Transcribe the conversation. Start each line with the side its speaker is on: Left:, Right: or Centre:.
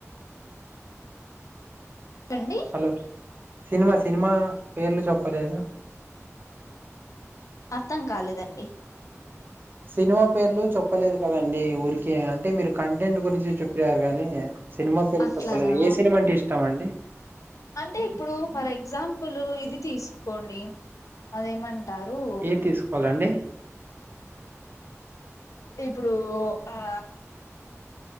Left: అండి
Right: హలో సినిమా సినిమా పేర్లు చెప్పలేదు.
Left: అర్థం కాలేదండి.
Right: సినిమా పేర్లు చెప్పలేదు కదండి ఊరికె అంటే మీరు కంటెంట్ గురించి చెప్పారు కాగానీ సినిమా పేరు
Left: అట్లానా
Right: చెప్పలేదు ఏ సినిమా అంటే ఇష్టాం అండి
Left: అంటే ఇప్పుడు ఫర్ ఎగ్జాంపుల్ ఇది తీసుకోండి అదేమంటా టరు
Right: ఏ తీసుకోవాలండి
Left: ఇప్పుడు ఆ